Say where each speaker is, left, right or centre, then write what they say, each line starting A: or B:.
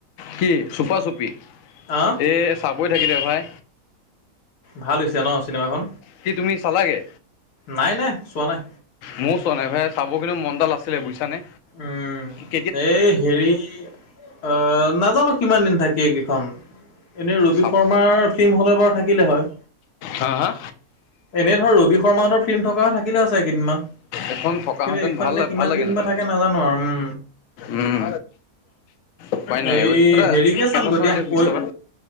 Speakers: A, on the left; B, on the left.
A: কি চুপা চুপি
B: অ
A: এ চাবই থাকিলে ভাই।
B: ভাল হৈছে ন চিনেমাখন
A: কি তুমি চালাগে
B: নাই নাই চোৱা নাই
A: মইও চোৱা নাই ভাই চাবগে কিন্তু মন এটা আছিলে বুজিছানে
B: উম
A: সেই
B: এই হেৰি অ নাজানো কিমান দিন থাকে এই কেইখন। এনেই ৰবি
A: চাব
B: শৰ্মাৰ ফিল্ম হ'লে বাৰু থাকিলে হয়।
A: হা হা
B: এনে ধৰ ৰবি শৰ্মাহঁতৰ ফিল্ম থকা হয় থাকিলে হয় চাগে কেইদিনমান।
A: এইখন থকাহেঁতেন
B: কিন্তু এইখন
A: ভাল
B: এতিয়া কিমান
A: ভাল লাগিলহেঁতেন
B: দিন বা থাকে নাজানো আৰু উম।
A: উম। উপাই নাই
B: এই
A: অই অ দাদা
B: হেৰিকে
A: কেঁচা
B: চামগৈ
A: চানা
B: দিয়া
A: দিয়ক বিশ
B: ঐ
A: টকাৰ